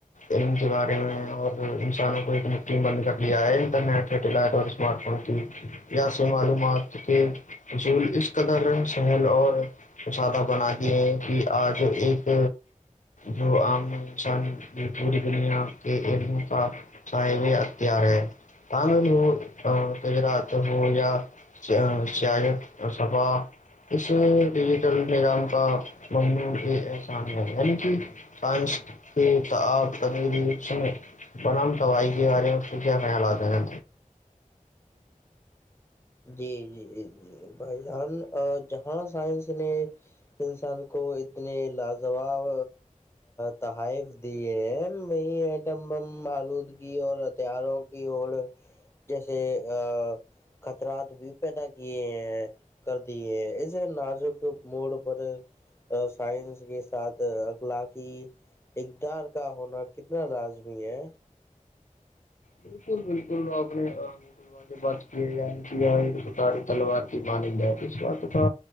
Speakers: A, on the left; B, on the left.
A: علم کے بارے میں اور سانوں کو ایک مٹھی میں بند کر لیا ہے انٹرنیٹ سٹیلائٹ اور اسمارٹ فون کی یہاں سے معلومات کیونکہ اسول اس قدر سہل اور تو سادہ بنا کے ہیں کہ آج ایک جو عام انسانی پوری دنیا کے علموں کا صحب اختیار ہے تمل ہو گجرات ہو یا ا چیلنج اور صبا اس ڈیجیٹل نظام کا ممنون یہ احسان ہے یعنی کہ پنچ کے آپ تمیری ایچ میں پرم توائی کے بارے میں آپ کے کیا خیالات ہے؟
B: جی جی جی بھائی جان جہاں سائنس نے انسان کو اتنے لاجواب تحائف دیے ہیں وہی ایٹم بم آلودگی اور ہتھیاروں کی وہ لوگ جیسے ا اتراد بھی پیدا کیے ہیں کر دیے ہیں اس نازک موڑ پر سائنس کے ساتھ اخلاقی اقدار کا ہونا کتنا لازمی ہے
A: بالکل بالکل آپ نے بالکل واقعی بات کی ہے یا نہیں کیااری تلوار کی مانی جات اس بات کا